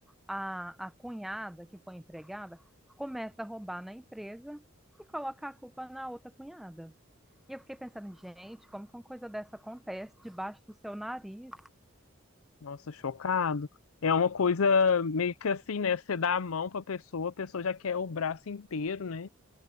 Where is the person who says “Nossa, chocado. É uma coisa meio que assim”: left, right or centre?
Left